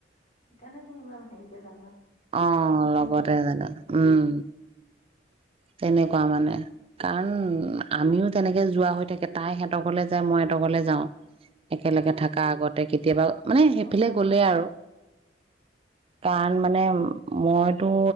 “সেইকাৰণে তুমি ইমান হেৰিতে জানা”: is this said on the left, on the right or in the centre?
Left